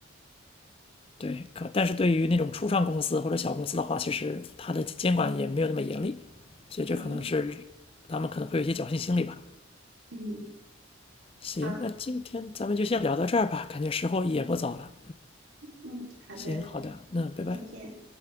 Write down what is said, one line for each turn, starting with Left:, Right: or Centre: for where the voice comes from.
Left: 对，可但是对于那种初创公司或者小公司的话，其实它的监管也没有那么严厉，所以这可能是
Right: 哎
Left: 他们可能会有一些侥幸心理吧。
Right: 嗯
Left: 行，
Right: 好
Left: 那今天咱们就先聊到这儿吧，感觉时候也不早了。
Right: 嗯好的
Left: 行，好的，那拜拜。
Right: 再见。